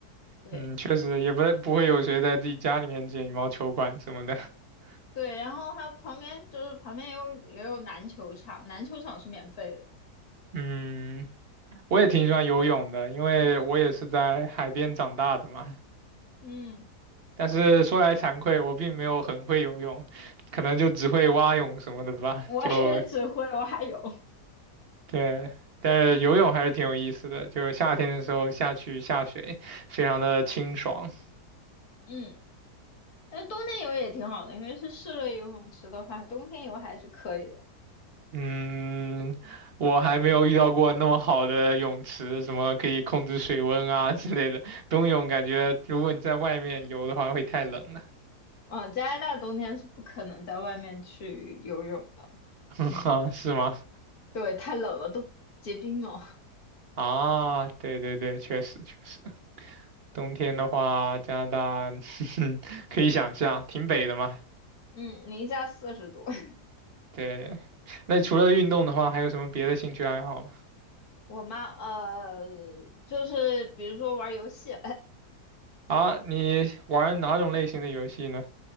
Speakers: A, on the left (about 65°); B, on the right (about 40°).
A: 对
B: 嗯，确实也不不会有谁在自己家里面建羽毛球馆什么的。<laughs>
A: 对，然后还有旁边就是旁边也有也有篮球场，篮球场是免费的。
B: 嗯，我也挺喜欢游泳的，
A: 对。
B: 因为我也是在海边长大的嘛。
A: 嗯，
B: 但是说来惭愧，我并没有很会游泳，可能就只会蛙泳什么的吧。
A: 我也只会蛙泳。
B: 就对，但是游泳还是挺有意思的，就是夏天的时候下去下水，非常的清爽。
A: 嗯，但冬天游也挺好的，因为是室内游泳池的话，冬天游还是可以的。
B: 嗯，我还没有遇到过那么好的泳池，什么可以控制水温啊 <laughs> 之类的。冬泳感觉如果你在外面游的话会太冷了，
A: 嗯，加拿大冬天是不可能在外面去游泳的。
B: <laughs>
A: 嗯，
B: 啊，是吗？
A: 对，太冷了，都结冰了。<laughs>
B: 啊，对对对，确实确实，冬天的话，加拿大 <laughs> 可以想象，挺北的嘛。
A: 嗯，零下四十度。<laughs>
B: 对，那除了运动的话，还有什么别的兴趣爱好吗？
A: 我妈呃，就是比如说玩游戏 <laughs>
B: 啊，你玩哪种类型的游戏呢？